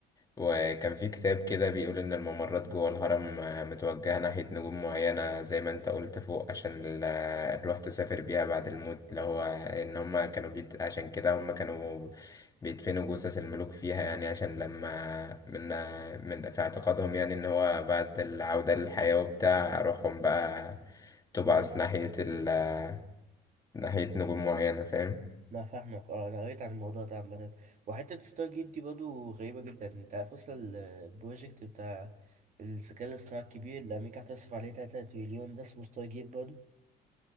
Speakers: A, on the left (about 20°); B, on the right (about 50°).
A: وكان في كتاب كده بيقول إن الممرات جوه الهرم آه، متوجهة ناحية نجوم معينة زي ما أنت قلت فوق عشان ال- آه، الروح تسافر بيها بعد الموت اللي هو إن هما كانوا بيت... عشان كده هما كانوا بيدفنوا جثث الملوك فيها يعني عشان لما من آه، من في اعتقادهم يعني إن هو بعد العودة للحياة وبتاع روحهم بقى تبعث
B: مم.
A: ناحية ال... آه، ناحية نجوم معينة فاهم؟
B: لا فاهمك اه انا قريت عن الموضوع ده عامة وحتة ستار جيت دي برضه غريبة جدا انت عارف اصلا ال- البروجكت بتاع الذكاء الاصطناعي الكبير اللي امريكا هتصرف عليه 3 تريليون ده اسمه ستار جيت برضه